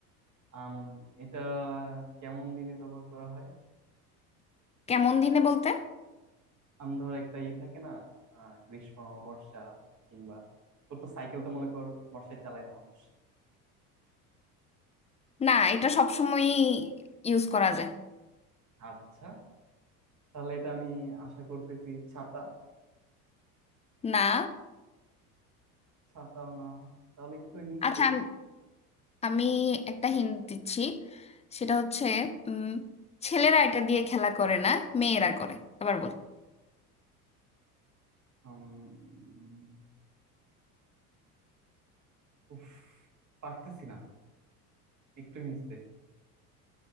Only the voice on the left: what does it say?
কেমন দিনে বলতে
না এটা সবসময় ইউজ করা যায়
না
আচ্ছা
আমি আমি একটা হিন্ট দিচ্ছি সেটা হচ্ছে উম, ছেলেরা এটা দিয়ে খেলা করে না মেয়েরা করে আবার বল